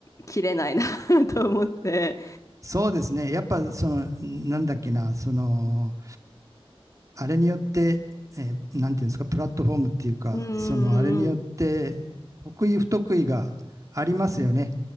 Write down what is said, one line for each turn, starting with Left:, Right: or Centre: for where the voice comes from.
Left: 切れないな <laughs> と思って、
Right: そうですね。やっぱ、その、なんだっけな、その、あれによって、えーなんていうんですか、プラットフォームっていうか、
Left: うー
Right: その、あれによって、
Left: ん、
Right: 得意不得意がありますよね。